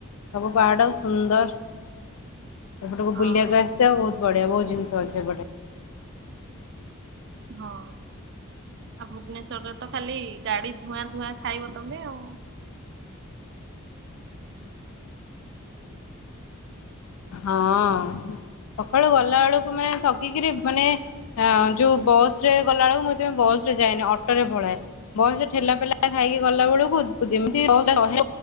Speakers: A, on the left (about 80°); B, on the right (about 55°).
A: ସବୁ ପାହାଡ ସୁନ୍ଦର ଏପଟକୁ
B: ହଁ।
A: ବୁଲିବାକୁ ଆସିବ ବହୁତ ବଢିଆ ବହୁତ ଜିନିଷ ଅଛି ଏପଟେ।
B: ହଁ ଆଉ ଭୁବନେଶ୍ଵରେ ତ ଖାଲି ଗାଡି ଧୂଆଁ ଧୂଆଁ ଖାଇବ ତମେ ଆଉ।
A: ହଁ ସକାଳୁ ଗଲା ବେଳକୁ ମାନେ ଥକିକିରି ମାନେ ହଁ ଯୋଉ ବସ୍ ରେ ଗଲାବେଳକୁ ମୁଁ ସେଥିପାଇଁ ବସ୍ ରେ ଯାଏନି ଅଟୋ ରେ ପଳାଏ, ବସ୍ ରେ ଠେଲା ପେଲା ଖାଇକି ଗଲା ବେଳକୁ ଯେମିତି, ଶହେ